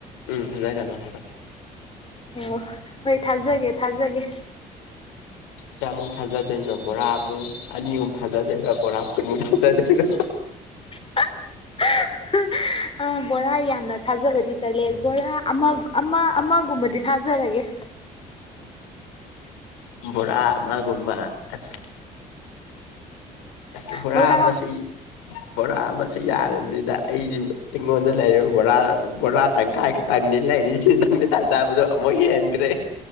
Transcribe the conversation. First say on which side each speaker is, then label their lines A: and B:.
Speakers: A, on the left (about 75°); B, on the left (about 25°).
A: ꯎꯝ ꯐꯖꯩ ꯊꯖꯣ ꯍꯥꯏꯕꯣ
B: ꯑꯣ ꯍꯣꯏ ꯊꯥꯖꯒꯦ ꯊꯥꯖꯒꯦ
A: ꯀꯌꯥꯃꯨꯛ ꯊꯥꯖꯗꯣꯏꯅꯣ ꯕꯣꯔꯥꯃꯨꯛ ꯑꯅꯤꯃꯨꯛ ꯊꯥꯖꯗꯣꯏꯔꯣ ꯕꯣꯔꯥ ꯀꯨꯟꯃꯨꯛ ꯊꯥꯖꯗꯣꯏꯔꯣ
B: <unintelligible> ꯑ ꯕꯣꯔꯥ ꯌꯥꯝꯅ ꯊꯥꯖꯕꯗꯤ ꯇꯂꯦ ꯕꯣꯔꯥ ꯑꯃ ꯑꯃ ꯑꯃꯒꯨꯝꯕꯗꯤ ꯁꯥꯖꯔꯒꯦ
A: ꯕꯣꯔꯥ ꯃꯥꯒꯨꯝꯕ ꯑꯁ ꯑꯁ ꯄꯨꯔꯥ
B: ꯕꯣꯔꯥ
A: ꯃꯁꯤ ꯕꯣꯔꯥ ꯑꯃꯁ ꯌꯥꯔꯕꯅꯤꯗ ꯑꯩꯗꯤ ꯑꯩꯉꯣꯟꯗ ꯂꯩꯔꯤꯕ ꯕꯣꯔꯥ ꯕꯣꯔꯥ ꯇꯪꯈꯥꯏ ꯈꯛꯇꯪꯅꯤ ꯂꯩꯔꯤꯅꯤ ꯅꯪꯅ ꯇꯥꯖꯕꯗꯣ ꯑꯃꯨꯛ ꯍꯦꯟꯈ꯭ꯔꯦ